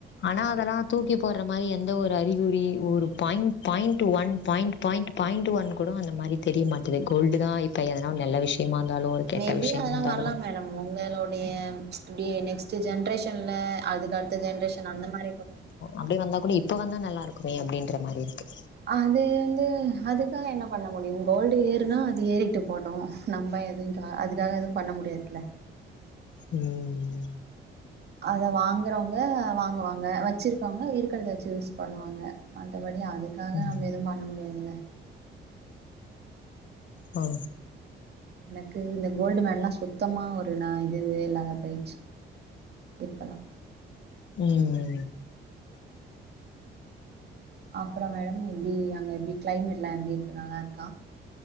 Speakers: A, on the left; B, on the right.
A: அனா அதல்லா தூக்கி போடுற மாரி எந்த ஒரு அறிகுறி ஒரு point point one point point point one கூட அந்த மாரி தெரிய மாட்டிது கோல்டு தா இப்ப எதனா நல்ல விஷயமா இருந்தாலு ஒரு கெட்ட
B: மேபி
A: விஷயமா
B: அதலா
A: இருந்தாலு
B: வரலா மேடம் உங்களுடைய இப்டி நெக்ஸ்ட் ஜென்ரேஷன்ல அது அடுத்த ஜென்ரேஷன் அந்த மாரி கூட
A: அப்டே வந்தா கூட இப்ப வந்தா நல்லா இருக்குமே அப்படின்ற மாரி இருக்கு
B: அது வந்து அதுக்காக என்ன பண்ண முடியு கோல்டு ஏறுனா அது ஏறிட்டு போட் டோ நம்ப எதுவு கா அதுக்காக எதுவு பண்ண முடியாதுல்ல
A: ம் ம்
B: அத வாங்கறவங்க வாங்குவாங்க வச்சிருக்கவங்க இருக்கறத வச்சு யூஸ் பண்ணுவாங்க மத்தபடி அதுக்காக
A: ம்
B: நம்ம எதுவு பண்ண முடியாதுல
A: ஹ
B: எனக்கு இந்த கோல்டு மெலலா சுத்தமா ஒரு நா இதுவே இல்லாம போயிருச்சு இப்பலா
A: ம்
B: அப்பறோ மேடம் எப்டி அங்க எப்டி கிளைமேட்லா எப்டி இருக்கு நல்லா இருக்கா